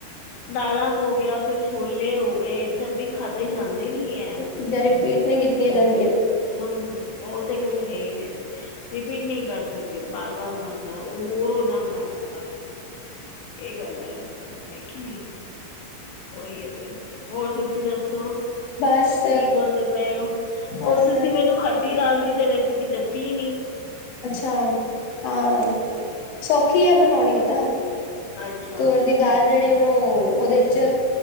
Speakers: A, on the left; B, on the left.
A: ਦਾਲਾਂ ਹੋ ਗਿਆ ਫਿਰ ਛੋਲੇ ਹੋ ਗਏ ਇਹ ਸਭ ਵੀ ਖਾਧੇ ਜਾਂਦੇ ਨੀ ਹੈ
B: ਚੀਜ਼ਾਂ ਰਿਪੀਟ ਨਹੀਂ ਕੀਤੀਆਂ ਜਾਂਦੀਆਂ
A: ਹੁਣ ਉਹ ਤੇ ਗੱਲ ਹੈ ਹੀ ਹੈ ਰਿਪੀਟ ਨਹੀਂ ਕਰ ਸਕਦੇ ਬਾਰ ਬਾਰ ਉਹ ਬੋਰ ਹੋ ਜਾਂਦਾ ਬੰਦਾ ਫਿਰ ਇਹ ਗੱਲ ਹੈ। ਹੈ ਕਿ ਨੀ ਉਹੀ ਓਹੀ ਹੋਰ ਤੁਸੀਂ ਦੱਸੋ
B: ਬਸ
A: ਕੀ ਬੋਲਦੇ ਪਏ ਹੋ
B: ਬਸ
A: ਉਹ ਤੁ ਖੱਟੀ ਦਾਲ ਦੀ ਤੇ ਰੈਸਿਪੀ ਦੱਸੀ ਨੀਂ।
B: ਅੱਛਾ ਹਾਂ ਸੌਖੀ ਆ ਬਣਾਉਣੀ ਉਹ ਤਾਂ।
A: ਅੱਛਾ
B: ਚੋਲ ਦੀ ਦਾਲ। ਜਿਹੜੇ ਉਹਨੂੰ ਉਹਦੇ ਚ